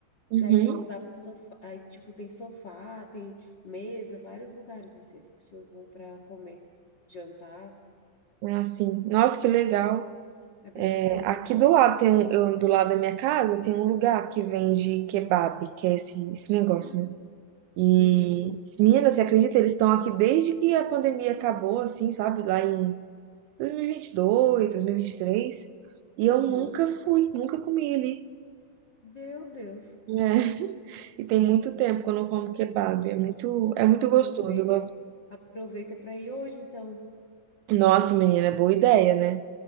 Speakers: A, on the right; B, on the left.
A: Uhum.
B: Aí tem lugar para sofá, aí tipo tem sofá, tem mesa, vários lugares assim, as pessoas vão para comer, jantar,
A: Ah, sim. Nossa, que legal.
B: é bem
A: É,
B: legal.
A: aqui do lado tem um, eu- do lado da minha casa tem um lugar que vende kebab, que é esse, esse
B: Hum,
A: negócio, né? E,
B: Uhum,
A: menina, você acredita? Eles estão aqui desde que a pandemia acabou, assim, sabe? Lá em 2022, 2023. E vinte e dois, dois mil e vinte e três. E eu
B: uhum.
A: nunca fui, nunca comi ali.
B: Meu Deus.
A: né? E tem muito tempo que eu não como kebab. É muito, é muito
B: Aproveita,
A: gostoso. Eu gosto.
B: aproveita para ir hoje, então.
A: Nossa, menina, é boa ideia, né?